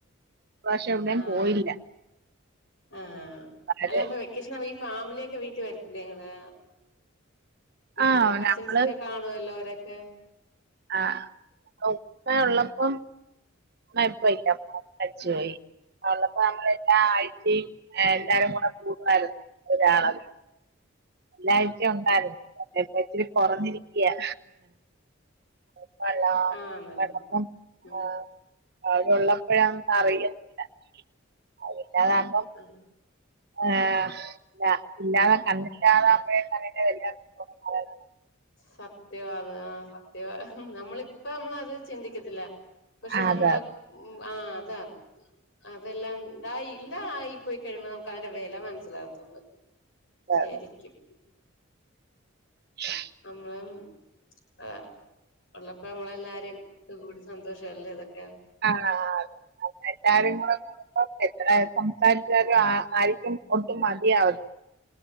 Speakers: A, on the right (about 50°); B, on the left (about 65°).
A: ഇപ്പ്രാവശ്യം എവിടേം
B: ആഹ്
A: പോയില്ല
B: ആഹ്
A: അവര്
B: അല്ലപ്പൊ വെക് ക്കേശനാവുമ്പോ ഈ ഫാമിലിയൊക്കെ വീട്ടി വരത്തില്ലേ ഇങ്ങളെ ആഹ്
A: ആ
B: കസിൻസൊക്കെ
A: നമ്മള്
B: കാണ് ണുവല്ലോരൊക്കെ
A: ആഹ് ഉപ്പയുള്ളപ്പം ഉപ്പ ഇല്ലപ്പ മര്ച്ച് പോയി അഹ് ഉള്ളപ്പോ നമ്മളെല്ലാ ആഴ്ചയും എല്ലാരും കൂടെ കൂടുവായിരുന്നു ഒരാള വീട്ടി ല്ലായ്ച്ചയും ഉണ്ടായിരുന്നു പക്ഷേ ഇപ്പ ഇത്തിരി കൊറഞ്ഞിരിക്കയാ ഇപ്പള്ള
B: ആഹ് നല്ലേ
A: പട്ക്കം
B: ഉം
A: ആഹ് അവരുള്ളപ്പോഴൊന്നും അറിയത്തില്ല അതില്ലാതാവുമ്പം
B: ആഹ്
A: ആഹ് ഇല്ല ഇല്ലാതെ കണ്ണില്ലാതാവുമ്പഴേ കണ്ണിന്റെ വെലയറിയുന്ന് പറയ്ന്നെ
B: സത്യവാന്ന് ആഹ് സത്യവാ നമ്മളിപ്പ നമ്മളത് ചിന്തിക്കത്തില്ല പക്ഷെ
A: അതെ
B: നമ്മുടെ ഉം ആഹ് അതാന്ന് അതെല്ലാംണ്ടായില്ലാ ഇ പോയി കഴിയുമ്പോ നമുക്ക് അതിന്റെ വെല മനസ്സിലാവതുള്ളു ശെരിക്കും
A: അതെ അതെ <inaudible>
B: അമ്മളം അതാ ഉള്ളപ്പോ നമ്മളെല്ലാരും ഒത്കൂടി സന്തോഷല്ലേ ഇതൊക്കെ
A: ആഹ് അതെ അതെല്ലാരും കൂടെ കൂടുമ്പം എത്ര സംസാരിച്ചാലും ആഹ് ആരിക്കും ഒട്ടും മതിയാവില്ല